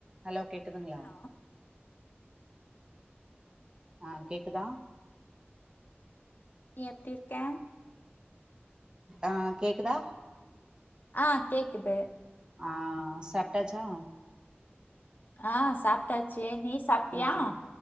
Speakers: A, on the right; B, on the left.
A: Hello கேக்குதுங்களா
B: hello
A: ஆ கேக்குதா
B: நீ எப்டி இருக்க
A: ஆ கேக்குதா
B: ஆ கேக்குது
A: ஆ சாப்ட்டாச்சா
B: ஆ சாப்ட்டாச்சே நீ சாப்ட்டியா
A: ம்